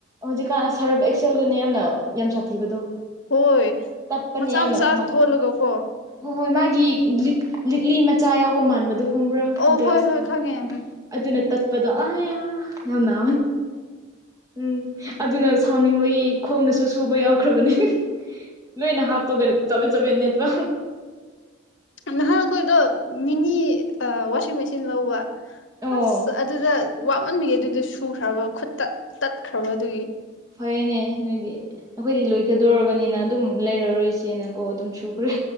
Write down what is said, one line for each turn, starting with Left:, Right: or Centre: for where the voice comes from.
Right: ꯍꯧꯖꯤꯛꯀꯥꯟ ꯁꯔꯞ ꯑꯦꯛꯁꯦꯜꯗꯨꯅꯦ ꯌꯥꯝꯅ ꯌꯥꯝ ꯁꯥꯊꯤꯕꯗꯣ
Left: ꯍꯣꯏ
Right: ꯇꯠꯄꯅꯦ
Left: ꯃꯆꯥ
Right: ꯌꯥꯝꯅ
Left: ꯃꯆꯥ
Right: ꯃꯥꯒꯤ
Left: ꯊꯣꯜꯂꯒ ꯀꯣ
Right: ꯍꯣꯏ ꯍꯣꯏ ꯃꯥꯒꯤ ꯂꯤꯛ ꯂꯤꯛꯂꯤ ꯃꯆꯥ ꯌꯥꯎꯕ ꯃꯥꯟꯕꯗꯣ ꯈꯡꯕ꯭ꯔꯥ
Left: ꯑꯣ
Right: ꯒ꯭ꯂꯥꯁ
Left: ꯍꯣꯏ ꯍꯣꯏ
Right: ꯎꯝ
Left: ꯈꯪꯉꯦ
Right: ꯑꯗꯨꯅ ꯇꯠꯄꯗꯣ ꯑꯌꯥ ꯌꯥꯝ ꯅꯥ ꯎꯝ ꯑꯗꯨꯅ ꯁꯥꯎꯅꯤꯡꯕꯒꯤ ꯈꯣꯡꯅꯁꯨ ꯁꯨꯕ ꯌꯥꯎꯈ꯭ꯔꯕꯅꯤ ꯂꯣꯏꯅ ꯍꯥꯞꯄꯒꯅꯤ ꯇꯃꯦ ꯆꯕ ꯑꯅꯤꯠꯇ
Left: ꯅꯍꯥꯟ ꯑꯩꯈꯣꯏꯗꯣ ꯃꯤꯅꯤ ꯋꯥꯁꯤꯡ ꯃꯦꯆꯤꯟ ꯂꯧꯕ
Right: ꯑꯣ
Left: ꯑꯁ ꯑꯗꯨꯗ ꯋꯥꯠꯃꯟꯕꯤꯒꯦ ꯑꯗꯨꯗ ꯁꯨꯈ꯭ꯔꯕ ꯈꯨꯠꯇꯠ ꯇꯠꯈ꯭ꯔꯕ ꯑꯗꯨꯒꯤ
Right: ꯐꯩꯌꯦꯅꯦ ꯅꯣꯏꯗꯤ ꯑꯩꯈꯣꯏꯗꯤ ꯂꯣꯏꯒꯗꯣꯔꯕꯅꯤꯅ ꯑꯗꯨꯝ ꯂꯩꯔꯔꯣꯏꯁꯦꯅꯀꯣ ꯑꯗꯨꯝ ꯁꯨꯈ꯭ꯔꯦ